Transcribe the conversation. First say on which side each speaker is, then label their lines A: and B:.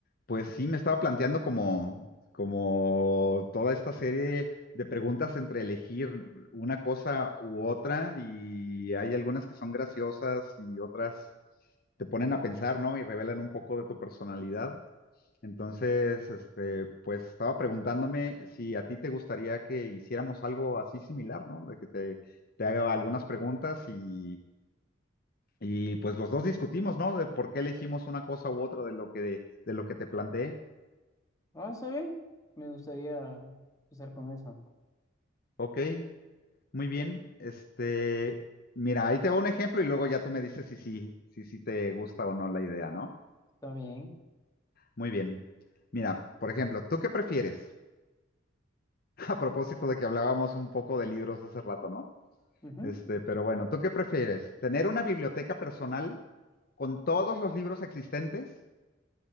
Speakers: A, on the left; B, on the left.
A: Pues sí, me estaba planteando como, como toda esta serie de preguntas entre elegir una cosa u otra y hay algunas que son graciosas y otras te ponen a pensar, ¿no? Y revelan un poco de tu personalidad. Entonces, este, pues estaba preguntándome si a ti te gustaría que hiciéramos algo así similar, ¿no? De que te, te haga algunas preguntas y, y pues los dos discutimos, ¿no? De por qué elegimos una cosa u otra de lo que, de lo que te planteé.
B: Ah, está bien. Me gustaría empezar con eso.
A: Ok, muy bien. Este, mira, ahí te va un ejemplo y luego ya tú me dices si sí, si sí te gusta o no la idea, ¿no?
B: Está bien.
A: Muy bien. Mira, por ejemplo, ¿tú qué prefieres? <laughs> A propósito de que hablábamos un poco de libros hace rato, ¿no?
B: Ujú.
A: Este, pero bueno, ¿tú qué prefieres? ¿Tener una biblioteca personal con todos los libros existentes